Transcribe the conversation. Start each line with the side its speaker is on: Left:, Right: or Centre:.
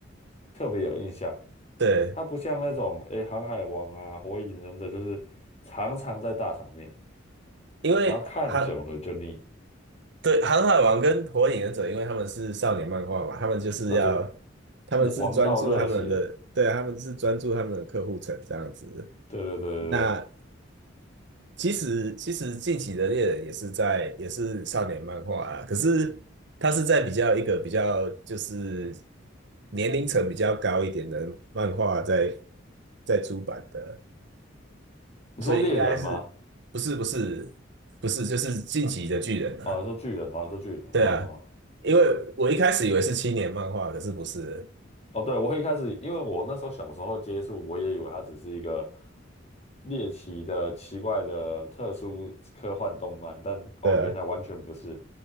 Left: 特别有印象。
Right: 对，
Left: 它不像那种诶《航海王》啊《火影忍者》，就是常常在大场面，
Right: 因为航
Left: 然后看久了就腻。
Right: 对航海王跟火影忍者，因为他们是少年漫画嘛，他们就是要他们是专注他们的，
Left: 呃，对，王道热血，
Right: 对啊，他们是专注他们的客户层这样子。
Left: 对对对对对。
Right: 那其实其实近期的猎人也是在也是少年漫画啊，可是它是在比较一个比较就是年龄层比较高一点的漫画在在出版的，
Left: 你说猎人吗？
Right: 所以应该是不是不是不是就是近期的巨人啊？
Left: 哦，你说巨人吗？你说巨人哦
Right: 对啊，因为我一开始以为是青年漫画，可是不是，
Left: 哦，对，我一开始因为我那时候小时候接触，我也以为它只是一个猎奇的、奇怪的、特殊科幻动漫，但哦，
Right: 对。
Left: 原来完全不是。
Right: 啊。